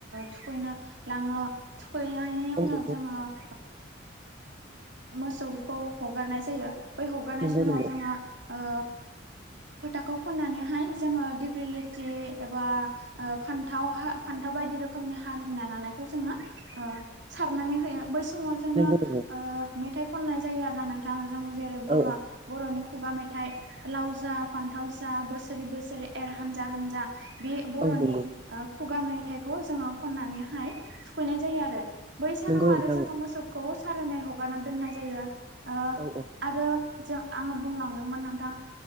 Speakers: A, on the right; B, on the right.
A: थुखैनो लाङो थुखैनायनि
B: औ
A: उनाव
B: नंगौ
A: जोङो
B: नोंथां
A: ओ मोसौखौ हगारनाय जायो बै हगारनाय
B: नंगौ
A: समाव
B: नंगौ
A: जोङो ओ फोथाखौ फुननानैहाय जोङो दिगिलिटि एबा फान्थाव फान्थाव बायदि रोखोमनि हाग्रि ना लानायखौ जोङो सारनानै बै समाव जोङो
B: नंगौ नंगौ
A: मेथाइ खननाय जायो आरोना नोंथाङा जों जेरै बर'
B: औ औ
A: बर'नि खुगा मेथाइ लाव जा फान्थाव जा बोसोरै बोसोरै एर हानजा हानजा बे बर'नि
B: औ नंगौ
A: खुगा मेथाइखौ जोङो खननानैहाय थुखैनाय जायो आरो बे सानाव
B: नंगौ नोंथां
A: आरो जोङो मोसौखौ सारायनाय हगारना दोननाय जायो ओ
B: औ औ
A: आरो जों आङो बुंलांदोंमोन नोंथां